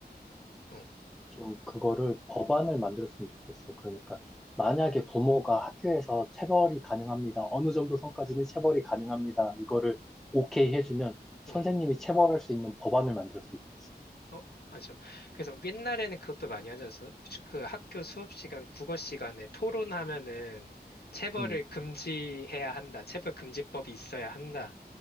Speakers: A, on the left; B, in the centre.
A: 응,
B: 좀 그거를 법안을 만들었으면 좋겠어. 그러니까 만약에 부모가 학교에서 체벌이 가능합니다. 어느 정도 선까지는 체벌이 가능합니다. 이거를 오케이 해주면 선생님이
A: 응.
B: 체벌할 수 있는 법안을 만들었으면 좋겠어.
A: 어, 맞아. 그래서 옛날에는 그것도 많이 하지 않았어? 슈- 그 학교 수업 시간, 국어 시간에 토론하면은 체벌을
B: 음,
A: 금지해야 한다. 체벌 금지법이 있어야 한다.